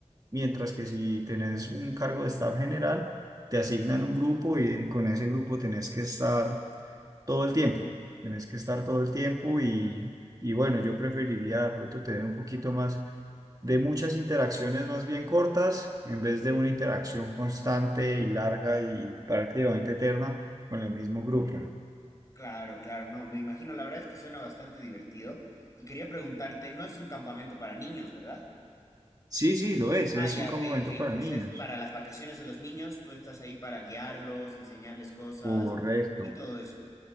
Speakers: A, on the right; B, on the left.
A: Mientras que si tenés un cargo de staff general, te asignan un grupo y con ese grupo tenés que estar todo el tiempo. Tenés que estar todo el tiempo y, y bueno, yo preferiría de pronto tener un poquito más de muchas interacciones más bien cortas, en vez de una interacción constante y larga y prácticamente eterna con el mismo grupo.
B: Claro, claro, no, me imagino. La verdad es que suena bastante divertido. Y quería preguntarte, no es un campamento para niños, ¿verdad?
A: Sí, sí, lo es,
B: Ah,
A: es
B: ya,
A: un campamento
B: ok, ok.
A: para
B: O
A: niños.
B: sea, es para las vacaciones de los niños, tú estás ahí para guiarlos, enseñarles cosas
A: Correcto.
B: y todo eso.